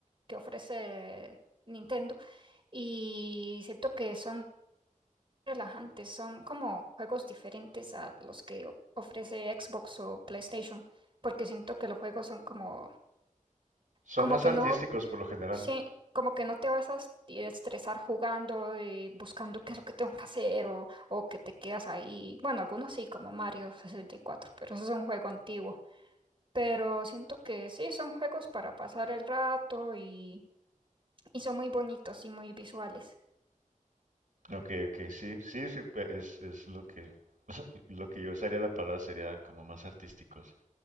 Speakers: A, on the right (about 40°); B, on the right (about 70°).
A: que ofrece Nintendo y siento que son relajantes, son como juegos diferentes a los que o- ofrece Xbox o PlayStation, porque siento que los juegos son como,
B: Son
A: como
B: más
A: que
B: artísticos
A: no,
B: por lo general.
A: sí, como que no te vas a est- estresar jugando y buscando qué es lo que tengo que hacer o, o que te quedas ahí. Bueno, algunos sí, como Mario 64, pero eso es un juego antiguo. Pero siento que sí, son juegos para pasar el rato y, y son muy bonitos y muy visuales.
B: Ok, ok, sí, sí, sí, pe- es, es lo que, <laughs> lo que yo usaría la palabra sería como más artísticos.